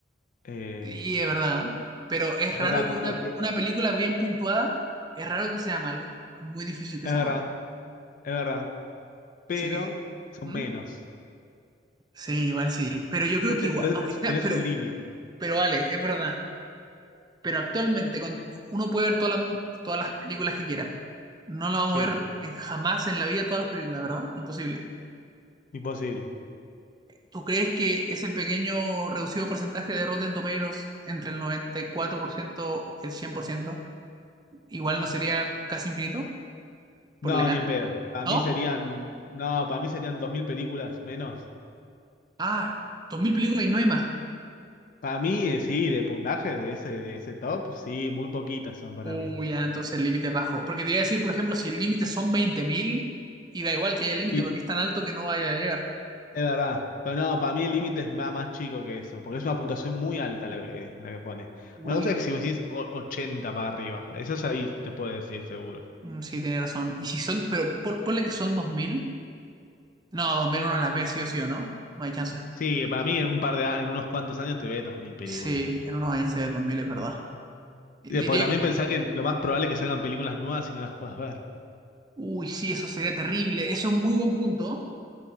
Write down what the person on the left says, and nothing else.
Eh,
o sea,
como
que...
Es
verdad,
es verdad. pero
son
menos.
Entonces,
te-
entonces
tenés tenés
un límite.
Sí,
imposible.
No,
ni en pedo. Para
mí serían, no, para mí serían 2000 películas menos.
Y
Para mí, eh, sí, de puntaje de ese, de ese top, sí, muy poquitas son para
mí.
Y
es verdad, pero no, para mí el límite es más, más chico que eso, porque es una puntuación muy alta la que, la que pone.
Una cosa es que si vos decís o- 80 para arriba, eso es ahí te puedo decir seguro.
Sí, para mí en un par de, a- en unos cuantos años te ves 2000 películas.
Eh, Porque también
pensá que lo más probable es que salgan películas nuevas y no las puedas ver.